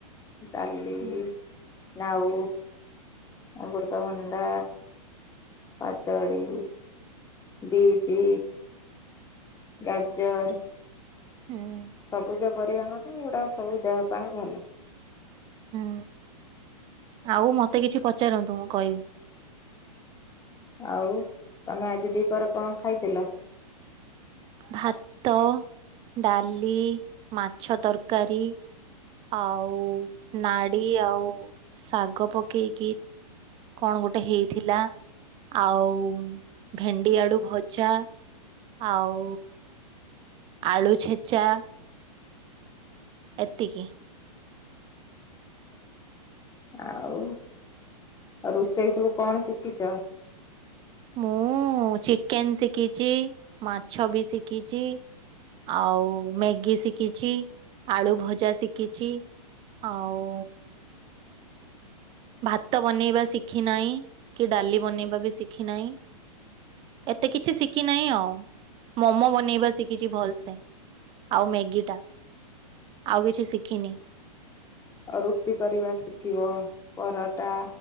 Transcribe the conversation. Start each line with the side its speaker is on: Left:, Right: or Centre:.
Left: ଡାଲି
Right: ହୁଁ
Left: ନାଉ ଅମୃତଭଣ୍ଡା କଦଳୀ ବିଟ୍ ଗାଜର
Right: ହୁଁ
Left: ସବୁଜ ପରିବା ଆମ ପୂରା ସବୁ ଦେହ ପା ଭଲ।
Right: ହୁଁ ଆଉ ମତେ କିଛି ପଚାରନ୍ତୁ ମୁଁ କହିବି?
Left: ଆଉ ତମେ ଆଜି ଦିପ କଣ ଖାଇଥିଲ?
Right: ଭାତ ଡାଲି ମାଛ ତରକାରୀ ଆଉ ନାଡ଼ି ଆଉ ଶାଗ ପକେଇକି କଣ ଗୋଟେ ହେଇଥିଲା ଆଉ ଭେଣ୍ଡି ଆଳୁ ଭଜା ଆଉ ଆଳୁ ଛେଚା ଏତିକି।
Left: ଆଉ ଆଉ ରୋଷେଇ ସବୁ କଣ ଶିଖିଛ।
Right: ମୁଁ ଚିକେନେଶିଖିଛି, ମାଛ ବି ଶିଖିଛି, ଆଉ ମେଗି ଶିଖିଛି, ଆଳୁ ଭଜା ଶିଖିଛି ଆଉ ଭାତ ବନେଇବା ଶିଖି ନାଇ କି ଡାଲି ବନେଇବା ବି ଶିଖି ନାଇ ଏତେ କିଛି ଶିଖି ନାଇ ଆଉ ମୋମୋ ବନେଇବା ଶିଖିଛି ଭଲସେ ଆଉ ମ୍ୟାଗି ଟା ଆଉ କିଛି ଶିଖିନି।
Left: ଅ ରୁଟି କରିବା ଶ ଖିବ ପରଟା,